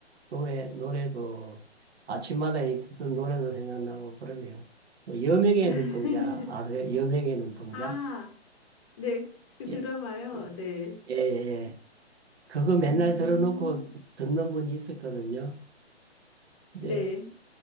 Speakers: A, on the right (about 70°); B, on the left (about 30°).
A: 노래 노래도 아침마다 이 듣던 노래도 생각나고 그러네요. 그 여명의 눈동자
B: <laughs>
A: 아세요? 여명의 눈동자?
B: 아, 네, 그 드라마요.
A: 예. 예.
B: 네.
A: 예, 예, 예. 그거 맨날
B: 음.
A: 들어놓고 듣는 분이 있었거든요. 근데
B: 네.